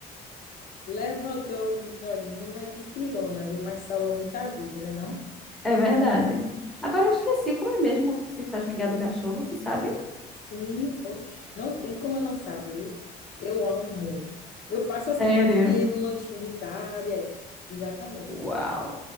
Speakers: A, on the left (about 60°); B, in the centre.
A: levantou. Olha, não é de pirona, viu? Mas salva muita vida, né, não?
B: É verdade. Agora eu esqueci, como é mesmo que se faz mingau de cachorro, tu sabe?
A: Sim, oxe, não tem como eu não saber. Eu amo. Eu faço assim
B: Sério?
A: para comer no lanchinho de tarde. é, exatamente.
B: Uau.